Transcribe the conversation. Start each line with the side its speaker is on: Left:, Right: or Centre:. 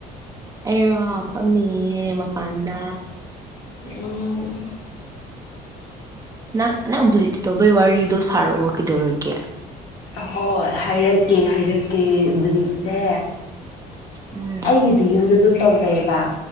Right: ꯑꯩꯔꯣ ꯐꯝꯃꯤꯌꯦ ꯃꯄꯥꯟꯗ
Left: ꯎꯝ
Right: ꯅꯪ ꯅꯪ ꯕ꯭ꯂꯤꯠꯁ ꯇꯧꯕꯩ ꯋꯥꯔꯤꯗꯣ ꯁꯥꯔꯛꯑꯣ ꯀꯩꯗꯧꯔꯒꯦ
Left: ꯑꯍꯣꯏ ꯍꯥꯏꯔꯛꯀꯦ ꯍꯥꯏꯔꯛꯀꯦ ꯕ꯭ꯂꯤꯞꯁꯦ
Right: ꯎꯝ
Left: ꯒꯤꯗꯤ ꯌꯨꯝꯗ ꯑꯗꯨꯝ ꯇꯧꯖꯩꯑꯕ